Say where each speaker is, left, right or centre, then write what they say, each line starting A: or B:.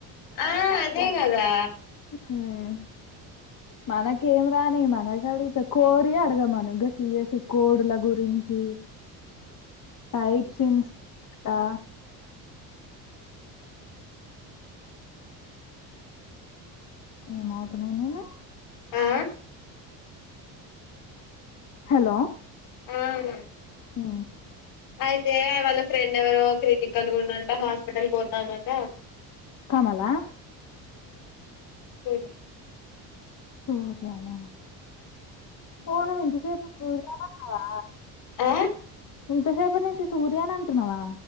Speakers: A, on the left; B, on the left.
A: ఆ అదెగదా
B: మ్మ్ మనకి ఏం రాని మ అది అడుగుత కోరి అడగామను గ సియసి కోడుల గురించి టైప్ సిన్స్ ఆ ఎమ్ అవుతున్నాయి నిన్ను
A: ఆ
B: హలో
A: అవునా
B: మ్మ్
A: అయితే వాళ్ళ ఫ్రెండ్ ఎవరో క్రిటికల్గా ఉందంట హాస్పిటల్ పోతందంట.
B: కమలా
A: సరే
B: సూర్యా న ఓ నువ్వు ఇంత సేపు సూర్య ను అన్నవా
A: ఆ
B: ఇంతసేపటి నుంచి సూర్య ను అంటున్నావా